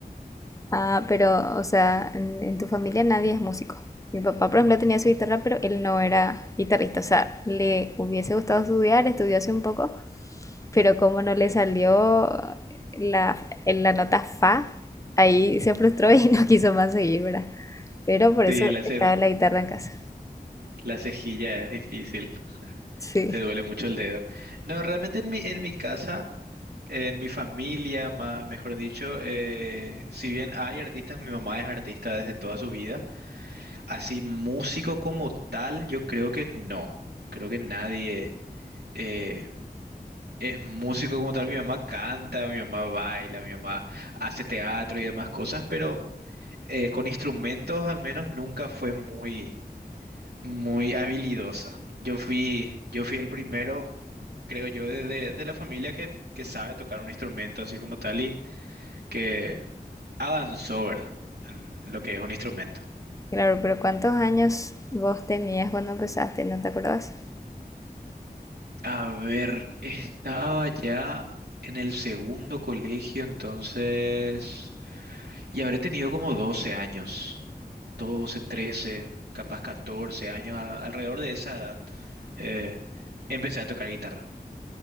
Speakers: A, on the left; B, on the right.
A: Ah, pero, o sea, en, en tu familia nadie es músico. Mi papá, por ejemplo, tenía su guitarra, pero él no era guitarrista. O sea, le hubiese gustado estudiar, estudió hace un poco, pero como no le salió la, en la nota fa, ahí se frustró y
B: Mm,
A: <laughs> no quiso más seguir, ¿verdad? Pero por
B: sí,
A: eso
B: la, ce-
A: estaba la guitarra en casa.
B: la cejilla es difícil,
A: Sí,
B: te duele mucho el dedo. No, realmente en mi, en mi casa, en mi familia, ma- mejor dicho, eh, si bien hay artistas, mi mamá es artista desde toda su vida, así músico como tal, yo creo que no, creo que nadie... eh, es músico como tal. Mi mamá canta, mi mamá baila, mi mamá hace teatro y demás cosas, pero eh, con instrumentos al menos nunca fue muy, muy habilidosa. Yo fui, yo fui el primero, creo yo, de, de- de la familia que, que sabe tocar un instrumento así como tal y que avanzó, ¿verdad? En, en lo que es un instrumento.
A: claro, pero ¿cuántos años vos tenías cuando empezaste? ¿No te acordás?
B: A ver, estaba ya en el segundo colegio, entonces, y habré tenido como 12 años. doce, 13, capaz 14 años, a- alrededor de esa edad, eh, empecé a tocar guitarra.